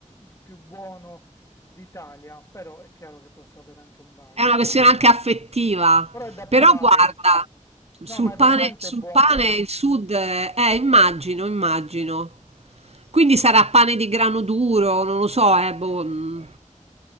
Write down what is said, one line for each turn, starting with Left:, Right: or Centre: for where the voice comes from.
Left: il più buono d'Italia, però è chiaro che posso avere anche un bias.
Right: È una questione anche affettiva,
Left: Però è da
Right: però
Left: provare.
Right: guarda, sul
Left: No, ma è
Right: pane,
Left: veramente
Right: sul
Left: buono,
Right: pane
Left: eh.
Right: il sud, eh, eh, immagino, immagino. Quindi sarà pane di grano duro, non lo so, eh, boh, mm,